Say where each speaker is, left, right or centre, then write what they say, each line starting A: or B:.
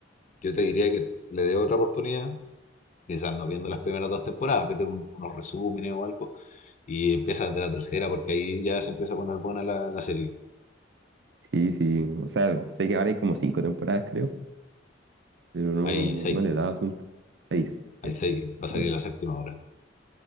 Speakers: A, on the left; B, on the right.
A: yo te diría que le dé otra oportunidad, quizás no viendo las primeras dos temporadas, vete un- unos resúmenes o algo y empieza desde la tercera, porque ahí ya se empieza a poner buena la, la serie.
B: Sí, sí. O sea, sé que ahora hay como cinco temporadas, creo, pero no,
A: Hay seis,
B: no le daba asunto. Seis.
A: hay
B: Ya.
A: seis, va a salir
B: Bueno,
A: la séptima ahora.